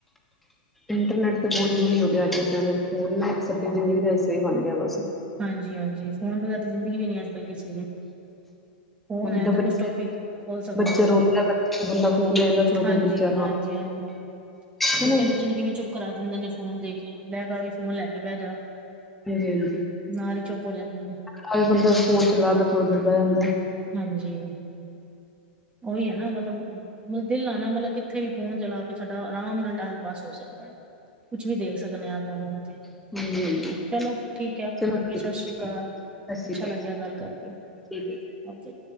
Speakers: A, in the centre; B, on the right.
A: ਇੰਟਰਨੈਟ ਤੇ ਬਹੁਤ ਜ਼ਰੂਰੀ ਹੋ ਗਿਆ ਅੱਜ ਟੈਮ ਚ ਫੋਨ ਇੱਕ ਸਾਡੀ ਜ਼ਿੰਦਗੀ ਦਾ ਹਿੱਸਾ ਈ ਬਣ ਗਿਆ ਬਸ।
B: ਹਾਂਜੀ ਹਾਂਜੀ, ਫੋਨ ਵਗੈਰਾ ਤਾ ਜ਼ਿੰਦਗੀ ਵੀ ਨੀ ਐ ਅੱਜ ਕੱਲ ਕਿਸੇ ਦੀ। ਫੋਨ
A: ਹੁਣ
B: ਹੈ
A: ਜਿੱਦਾਂ
B: ਤੇ
A: ਬੱਚੇ
B: ਕੁਛ ਟੋਪਿਕ ਖੋਲ ਸਕਦੇ
A: ਬੱਚੇ
B: ਓ
A: ਰੋਂਦਾ ਬੱਚੇ ਬੰਦਾ ਫੋਨ ਦੇ ਦਿੰਦਾ ਥੋੜਾ ਜਾ
B: ਹਾਂਜੀ
A: ਬੱਚਾ ਆਰਾਮ
B: ਹਾਂਜੀ। ਹਾਂਜੀ। ਛੋਟੇ
A: ਕਿ ਨਹੀਂ
B: ਬੱਚੇ ਨੂੰ ਕਿਵੇਂ ਚੁੱਪ ਕਰਾ ਦਿੰਦੇ ਨੇ ਫੋਨ ਦੇ ਕੇ ਲੈ <inaudible> ਵੀ ਫੋਨ ਲੈ ਕੇ ਬੈ ਜਾ।
A: ਹਾਂਜੀ ਹਾਂਜੀ।
B: ਨਾਲ ਈ ਚੁੱਪ ਹੋ ਜਾਂਦੇ ਨੇ।
A: <inaudible> ਬੰਦਾ ਫੋਨ ਚਲਾ ਕੇ ਥੋੜੀ ਦੇਰ ਬਹਿ ਜਾਂਦਾ।
B: ਹਾਂਜੀ ਓਹੀ ਐ ਨਾ ਮਤਲਬ ਮਤਲਬ ਦਿਲ ਲਾਨਾ ਮਤਲਬ ਕਿੱਥੇ ਵੀ ਫੋਨ ਚਲਾ ਕੇ ਸਾਡਾ ਆਰਾਮ ਨਾਲ ਟਾਇਮ ਪਾਸ ਹੋ ਸਕਦਾ। ਕੁਛ ਵੀ ਦੇਖ ਸਕਦੇ ਐ ਆਪਾਂ ਫੋਨ ਤੇ
A: ਹਾਂਜੀ-ਹਾਂਜੀ
B: ਚਲੋ ਠੀਕ ਐ
A: ਚਲੋ
B: ਓਕੇ
A: ਠੀਕ
B: ਸਤਿ
A: ਹੈ
B: ਸ੍ਰੀ ਅਕਾਲ।
A: ਸਤਿ
B: ਅੱਛਾ
A: ਸ਼੍ਰੀ ਅਕਾਲ
B: ਲੱਗਿਆ
A: ਜੀ
B: ਗੱਲ ਕਰਕੇ।
A: ਠੀਕ ਐ।
B: ਓਕੇ।